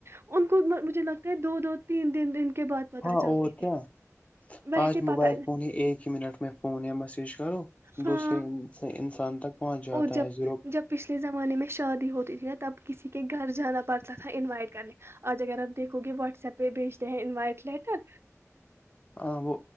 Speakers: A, on the right; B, on the left.
A: ان کو مجھے لگتا ہے دو دو تین دن کے بعد پتہ
B: ہاں
A: چلتی
B: اور
A: تھی
B: کیا
A: ویسے
B: آج موبائل
A: پتہ
B: فون ہی ایک ہی منٹ میں فون یا میسیج کرو
A: ہاں
B: دوسرے انس- انسان تک پہنچ جاتا
A: اور جب
B: ہے زیرو
A: جب پچھلے زمانے میں شادی ہوتی تھی ن تب کسی کے گھر جانا پڑتا تھا انوائٹ کرنے آج اگر آپ دیکھو گے واٹس ایپ پہ بھیجتے ہیں انوائٹ لیٹر
B: ہاں وہ